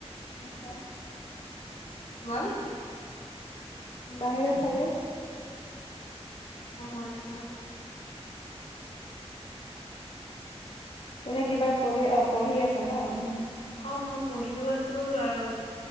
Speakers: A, on the left; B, on the left.
A: আচ্ছা।
B: বাৰু
A: বাহিৰত থাকে।
B: অ আচ্ছা
A: এনে কিবা কৰি আহ পঢ়ি আছা ন উ?
B: অ মই পঢ়িও আছো আৰু